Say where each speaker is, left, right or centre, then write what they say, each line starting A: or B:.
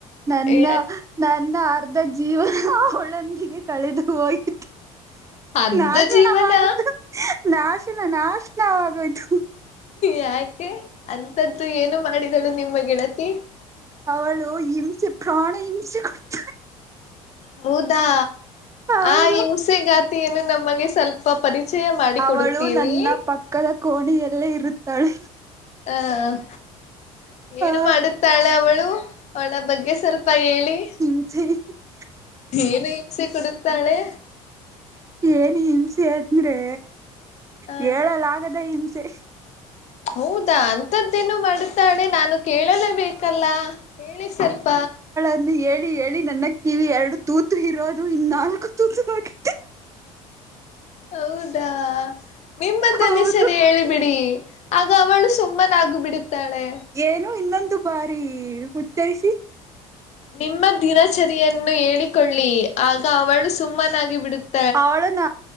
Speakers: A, on the right; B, on the left.
A: ನನ್ನ
B: ಯಾಕ್
A: ನನ್ನ ಅರ್ಧ ಜೀವನ ಅವಳೊಂದಿಗೆ ಕಳೆದು ಹೋಗಿತು.
B: ಅರ್ಧ
A: ನಾಶನವಾಗಿತ್ತು
B: ಜೀವನ
A: ನಾಶನ ನಾಶನವಾಗೋಯ್ತು.
B: ಯಾಕೆ ಅಂತದ್ದು ಏನು ಮಾಡಿದಳು ನಿಮ್ಮ ಗೆಳತಿ.
A: ಅವಳು ಹಿಂಸೆ ಪ್ರಾಣ ಹಿಂಸೆ ಕೊಡ್
B: ಹೌದಾ
A: ಅವರು
B: ಆ ಹಿಂಸೆಗಾತಿಯನು ನಮಗೆ ಸ್ವಲ್ಪ ಪ್ಪ ಪರಿಚಯ ಮಾಡಿ
A: ಅವಳು
B: ಕೊಡುತ್ತೀರಿ.
A: ನನ್ನ ಪಕ್ಕದ. ಕೋಣ ಎಲ್ಲೇ ಇರುತ್ತಾಳೆ
B: ಹ ಏನು
A: ಆ
B: ಮಾಡುತ್ತಾಳೆ ಅವಳು ಅವಳ ಬಗ್ಗೆ ಸ್ವಲ್ಪ ಹೇಳಿ
A: ಜ
B: ಏನು ಹಿಂಸೆ ಕುಡುತ್ತಾಳೆ
A: ಏನ್ ಹಿಂಸೆ ಅಂದ್ರೆ
B: ಹ
A: ಹೇಳಲಾಗದ ಹಿಂಸೆ
B: ಹೌದಾ ಅಂತದ್ದೇನು ಮಾಡ್ತಾಳೆ ನಾನು ಕೇಳಲೇ ಬೇಕಲ್ಲ ಹೇಳಿ ಸ್ವಲ್ಪ
A: ನ್ನು ಹೇಳಿ ಹೇಳಿ ನನ್ನ ಕಿವಿ ಎರಡು ತೂತು ಇರೋದು ಇ ನಾಲ್ಕು ತತು
B: ಹೌದಾ ನಿಮ್ಮದ್ದನೇ
A: ಹೌದು
B: ಸರಿ ಹೇಳಿ ಬಿಿಡಿ ಆಗ ಅವಳು ಸುಮ್ಮನಾಗು ಬಿಡುತ್ತಾಳೆ
A: ಏನು ಇನ್ನೊಂದು ಬಾರಿ ಉಚ್ಚರಿಸಿ
B: ನಿಮ್ಮ ದಿನಚರಿಯನ್ನು ಹೇಳಿಕೊಳ್ಳಿ ಆಗ ಅವಳು ಸುಮ್ಮನಾಗಿ ಬಿಡತಾ
A: ಅವಳು ನ